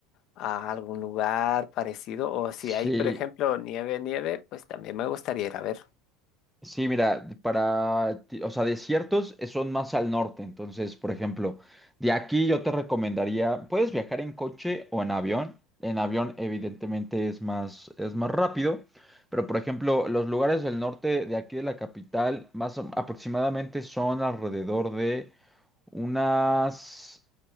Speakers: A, on the left; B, in the centre.
A: a algún lugar parecido. O si
B: Sí.
A: hay, por ejemplo, nieve, nieve, pues también me gustaría ir a ver.
B: Sí, mira, para, ti- o sea, desiertos eh, son más al norte, entonces, por ejemplo, de aquí yo te recomendaría, puedes viajar en coche o en avión. En avión, evidentemente, es más, es más rápido, pero por ejemplo, los lugares del norte de aquí de la capital, más o- aproximadamente son alrededor de unas